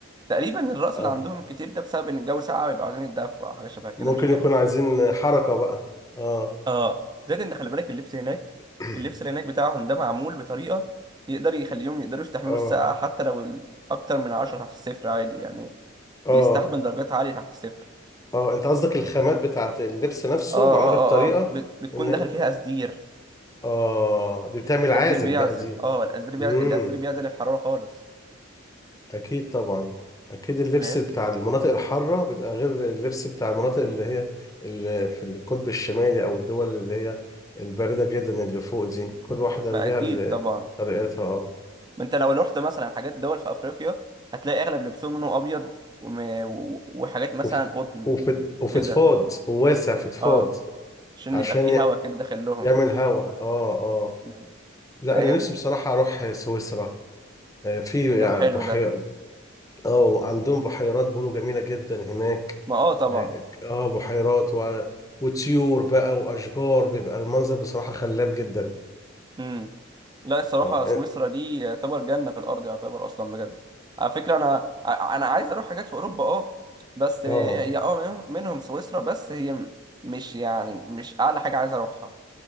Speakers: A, on the right; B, on the left.
A: تقريبا الرأس
B: اه
A: اللي عندهم الكتير ده بسبب ان الجو ساقع بيبقوا عايزين يتدفوا أو حاجه شبه كده
B: ممكن
A: مش عارف
B: يكون عايزين حركة بقى اه
A: اه زائد ان خلي بالك اللبس هناك
B: <clears throat>
A: اللبس اللي هناك بتاعهم ده معمول بطريقه يقدر يخليهم يقدروا يستحملوا
B: اه
A: السقعه حتى لو ال- اكتر من 10 تحت الصفر عادي يعني
B: اه
A: بيستحمل درجات عاليه تحت الصفر
B: اه انت قصدك الخامات بتاعت اللبس نفسه
A: اه
B: معمولة
A: اه
B: بطريقة
A: اه اه بت... بتكون
B: ان
A: داخل فيها أزدير
B: اه دي بتعمل عازل
A: الأزدير بيعزل
B: بقى دي
A: اه الأزدير بيعزل
B: امم
A: الأزدير بيعزل الحراره خالص
B: اكيد طبعا اكيد اللبس
A: فاهم
B: بتاع المناطق الحاره بيبقى غير اللبس بتاع المناطق اللي هي اللي في القطب الشمالي او الدول اللي هي البارده جدا اللي فوق دي كل واحده
A: ما
B: ليها
A: اكيد
B: ال-
A: طبعا
B: طريقتها اه
A: ما انت لو رحت مثلا حاجات دول في افريقيا هتلاقي اغلب لبسهم لونه ابيض وم... و- وحاجات مثلا
B: وف-
A: قطن
B: وف-
A: وكده
B: وفضفاض وواسع فضفاض
A: اه عشان
B: عشان
A: يبقى فيه
B: ي-
A: هوا كده داخل لهم
B: يعمل هوا اه اه
A: مم.
B: لا
A: فاهم
B: انا نفسي بصراحه اروح سويسرا آه، في
A: ده
B: يعني
A: حلو
B: بحيرة
A: ده
B: اه عندهم بحيرات بيقولوا جميله جدا هناك
A: ما اه طبعا
B: اه بحيرات و... وطيور بقى واشجار بيبقى المنظر بصراحه خلاب جدا
A: امم لا الصراحه
B: اه
A: سويسرا دي يعتبر جنه في الارض يعتبر اصلا بجد على فكره انا ع- انا عايز اروح حاجات في اوروبا اه بس
B: اه
A: هي اه منهم منهم سويسرا بس هي م- مش يعني مش اعلى حاجه عايز اروحها